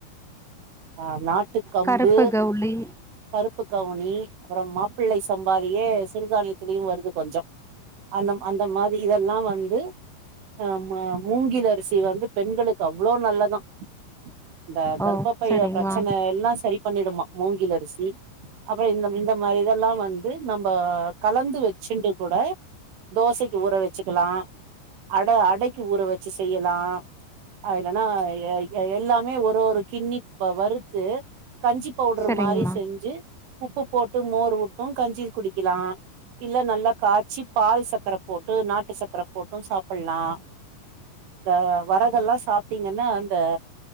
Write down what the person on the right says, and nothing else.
அ நாட்டு கம்பு
கருப்பு கவுனி அப்புறம் மா ப்பிள்ளை சம்பாலயே சிறுதானியத்திலேயு வருது கொஞ்சம் அந்த அந்த மாதிரி இதெல்லா வந்து ஆமா மூங்கில் அரிசி வந்து பெண்களுக்கு அவ்வளோ நல்லதா அந்த கர்பப்பைய
பிரச்சன எல்லா சரி பண்ணிடுமா மூங்கில் அரிசி அப்புற இந்த இந்த மாதிரி இதெல்லா வந்து நம்ம கலந்து வச்சுண்டு கூட தோசைக்கு ஊற வச்சுக்கலா அட அடைக்கு ஊற வச்சு செய்யலாம் ஆ இல்லனா எல்லாமே ஒரு ஒரு கிண்ணி வ வறுத்து கஞ்சி பவுட்ரு
மாரி செஞ்சு உப்பு போட்டு மோர் வுட்டும் கஞ்சி குடிக்கலா இல்ல நல்லா காச்சி பால் சக்கர போட்டு நாட்டு சக்கர போட்டும் சாப்புல்லா இந்த வரகல்லா சாப்ட்டீங்கன்னா இந்த